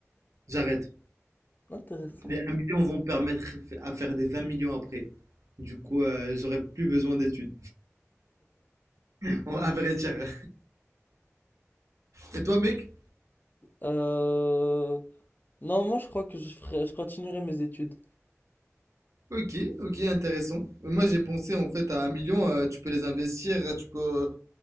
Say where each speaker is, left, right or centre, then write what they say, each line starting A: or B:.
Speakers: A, on the right (about 75°); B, on the left (about 35°).
A: J'arrête.
B: Intéressant.
A: Les un million vont me permettre à faire des 20 millions après. Du coup, euh, j'aurai plus besoin d'études. <laughs> À vrai dire. Et toi, mec?
B: Euh... Non, moi je crois que je ferai... je continuerai mes études.
A: Ok, ok, intéressant. Moi, j'ai pensé en fait à un million, euh, tu peux les investir, tu peux euh,